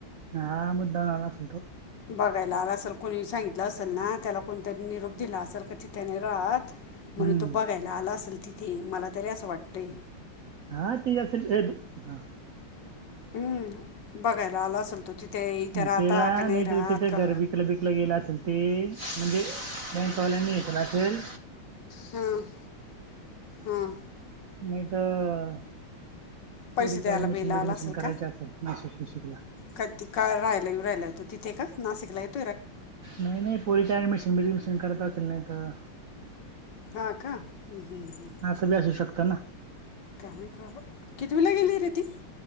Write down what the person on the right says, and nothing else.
हा मुद्दा म्हणाला असेल तो
हम्म
हा ठीेत हा
त्याला
तर
त्याच्या
घर विकलं बिकलं गेलं असेल ते म्हणजे बँकवाल्यानी घेतलं असेल
नाही तर
पुरीच
ऍडमिशन
बिडमिशन
करायचे
असेल नाशिक विशिकला
नाही नाही पोरीच्या ऍडमिशन बिडमशन करत असेल नाही तर
ं बी असू शकत ना